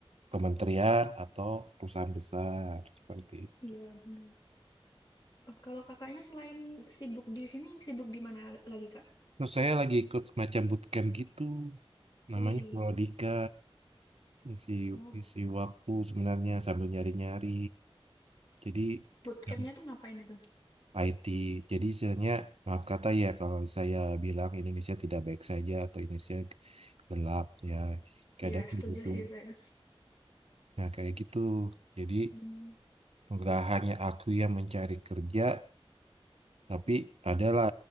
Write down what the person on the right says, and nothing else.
kementerian atau perusahaan besar seperti itu.
Terus saya lagi ikut semacam bootcamp gitu, namanya
Prodika, isi
isi waktu sebenarnya sambil nyari-nyari. Jadi
em,
IT, jadi istilahnya maaf kata ya kalau saya bilang Indonesia tidak baik saja atau Indonesia gelap ya kadang
begitu.
Nah kayak gitu. Jadi
nggak hanya aku yang mencari kerja, tapi adalah